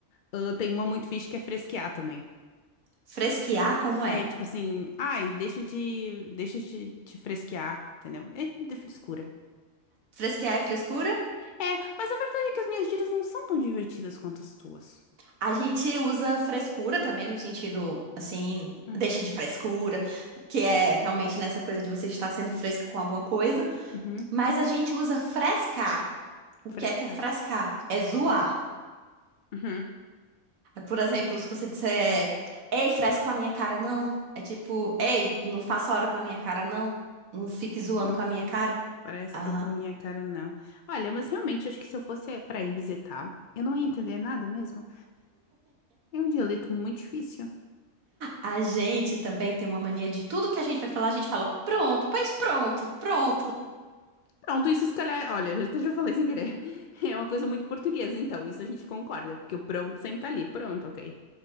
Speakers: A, on the left; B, on the right.
A: Ah, tem uma muito fixe que é fresquear também.
B: Fresquear, como
A: É
B: é?
A: tipo assim, ai, deixa de, deixa de te fresquear, entendeu? É de frescura.
B: Fresquear é frescura?
A: É, mas a verdade é que as minhas gírias não são tão divertidas quanto as tuas.
B: A gente usa frescura também, no sentido, assim,
A: Hum,
B: deixa de frescura, que é realmente nessa coisa de você estar sendo fresca com alguma coisa.
A: uhum,
B: Mas a gente usa frescar. O
A: frescar.
B: que é que é frescar? É zoar.
A: Uhum.
B: Por exemplo, se você disser, ei, fresco com a minha cara, não. É tipo, ei, não faça hora com a minha cara, não. Não fique zoando
A: Não
B: com a minha cara.
A: fresca
B: Aham.
A: com a minha cara, não. Olha, mas realmente, acho que se eu fosse pra ir visitar, eu não ia entender nada mesmo. É um dialeto muito difícil.
B: A gente também tem uma mania de tudo que a gente vai falar, a gente fala pronto, pois pronto, pronto.
A: Pronto, isso se calhar, olha, eu até já falei sem querer. <laughs> É uma coisa muito portuguesa, então, isso a gente concorda, porque o pronto sempre tá ali. Pronto, ok.